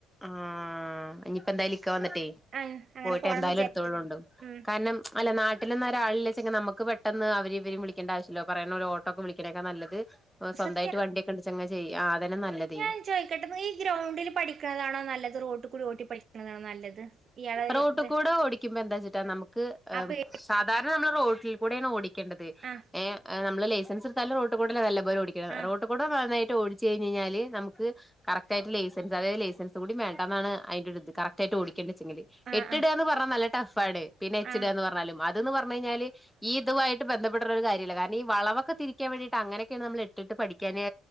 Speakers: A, in the centre; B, on the right.
A: ആഹ ഇനിയിപ്പ എന്തായാല ഇിക്കാ വന്നിട്ടേ
B: ആ, അങ്ങനെ
A: പോയിട്ട്
B: പോണം
A: എന്തായാലും
B: വിചാരിച്ചു
A: എടുത്തള്ളണ്ടണ്ട്
B: ഉം
A: കാരണം അല്ല നാട്ട പെട്ട നിന്ന ഒരാളില്ലല്ലെങ്കെ നമുക്ക് പെട്ടെന്ന് അവരി ഇവര വിളിക്കണ്ട ആശ്യമല്ല പറയുന്ന ഒരു ഓട്ടോ ഒക്കെ വിളിക്കണൊക്കെ നല്ലത് സ്വന്തമായിട്ട്
B: സത്യാണ്
A: വണ്ടിൊക്കെണ്ടിച്ചങ്ങാ ചെയ്യ അതന്നെ നല്ലതേ
B: ഞാൻ ചോദിക്കട്ടെ ഈ ഗ്രൗണ്ടിൽ പഠിക്കണതാണോ നല്ലത് റോട്ട് കൂടി ഓട്ടി പഠിക്കണതാണോ നല്ലത് ഇയാളെ ഒരു
A: റോട്ടിൽ
B: ഇത്
A: കൂടെ ഓടിക്കുമ്പോ എന്താ വച്ചിട്ടാ നമുക്ക്
B: ആ
A: ്
B: പേ
A: സാധാരണ നമ്മൾ റോട്ടിൽ കൂടെയ ഓടിക്ക ണ്ടത്
B: ആ
A: നമ്മള് ലൈസൻസ് എടുത്താല റോട്ട് കൂടല്ലേ നല്ലപോലെ ഓടിക്കണം
B: ആ
A: റോട്ട് കൂടെ ഓടിച്ച് കഴിഞായ്ഞ്ഞാല് നമു കറക് ആയിട്ട് ലൈസൻസ് അതായ ലൈസൻസ് കൂടി വേണ്ടന്നാണ് അതിന്റെ ഇത് കറക് ആയിട്ട് ഓടേണ്ടത്
B: ആ
A: എട്ടിടാന്ന്
B: ആ
A: പറഞ്ഞ നല്ല ടഫ് ആടെ പിന്നെ എച്ചിട
B: ആ
A: എന്ന് പറഞ്ഞാലും അത്ന്ന് പറഞ്ഞു കഴിഞ്ഞാല് ഇതുവായിട്ട് ബന്ധപ്പെട്ട ഒരു കാര്യമല്ല കാരണം ഈ വളവൊക്കെ തിരിക്കാൻ വേണ്ടിട്ട് അങ്ങനൊക്കെയാണ് നമ്മ എട്ട്ട്ട് പഠിക്കാന